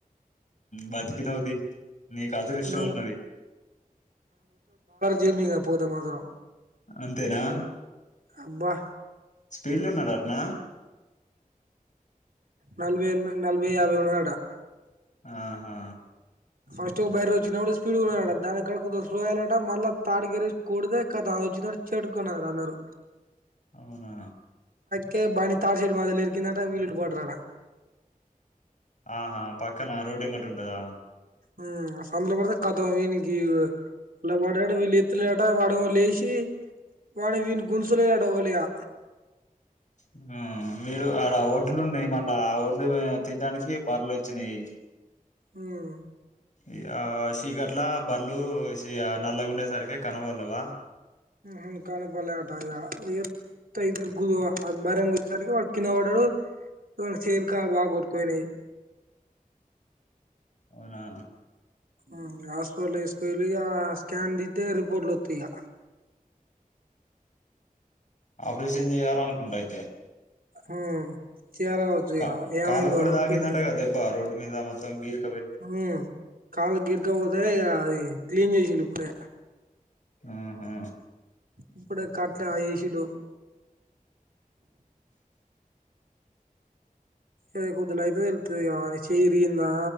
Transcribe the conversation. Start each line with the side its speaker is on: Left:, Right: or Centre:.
Left: బతికినవుతి నీకు అదృష్టం
Right: నాకు
Left: ఉన్నది
Right: జిమ్మింగ పోతే మాత్రం
Left: అంతేనా
Right: అబ్బా
Left: స్పీడ్ లా ఉన్నడాటన
Right: నలభై నలభై యాభై ఉన్నడటా
Left: ఆహా
Right: ఫస్ట్ బయర్ వచ్చినప్పుడు స్పీడ్ గున్నాడు దానిక్కడ కొంత స్లోయలాట మళ్ళ తాడ్ గేరేసి కొడితే కథ వచ్చినడు చెటుకున్నాడు అందరు
Left: అవున
Right: కే బండి తాటసెట్టు మధలో కిరింకిందంట వీలీట్టు పద్దరట
Left: అహా పక్కన రోడ్ పేమెంట్ ఉంటదా
Right: ఉమ్ సందులబర్తే ఖతం ఈనికి ఈవ్ అలా వాడాడు వీలేతలేడట వాడో లేచి వాణివీన్ గున్సులేడాటా వోలియా
Left: ఉమ్ వీడు అడ ఓట్లు ఉన్నాయి మళ్ళా ఆ ఓట్లు తింటానికి బర్లు వచ్చినాయి
Right: ఉమ్
Left: ఈగ చీకట్ల బర్లు నల్లగుండెసర్కి కనబడలేవ
Right: ఉహు కనపలే అట ఇగా ఎత్త ఇద్దరు బర్రెను గుద్దెసరికి వాడు కింద పడాడు వాడికి చెయ్లు కాల్లు బాగా కోట్కపోనై
Left: అనా
Right: హ్మ్ హాస్పిటల్ ఎస్కేల్లి ఇగా స్కాన్ దితే రిపోర్ట్లు వత్తే ఇగ
Left: ఆపరేషన్ చేయాలనుకుంట ఐతే
Right: ఉమ్ చేరవచు
Left: కా
Right: ఇగ ఏమైందో
Left: కాలుకు కూడా తాకిందంట
Right: తెల్తది
Left: కదా దెబ్బ రోడ్డు మీద మొత్తం గీర్కు
Right: హ్మ్ కాల్ గిర్క పొదె ఇగ అది క్లీన్ చేసిన్లు అంతే
Left: ఆహా
Right: ఇప్పుడే కట్లా ఎషిన్లు ఏద కొద్దిలైతే తెల్తదిగ అహ్ చెయ్ ఎర్గిందా